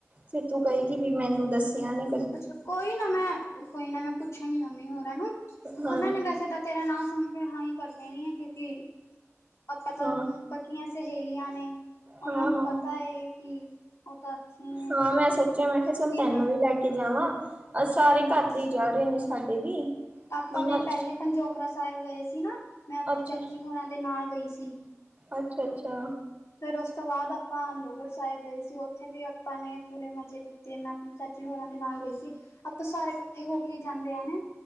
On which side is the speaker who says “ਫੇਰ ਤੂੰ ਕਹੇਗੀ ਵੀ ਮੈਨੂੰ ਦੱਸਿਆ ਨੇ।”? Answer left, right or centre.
Right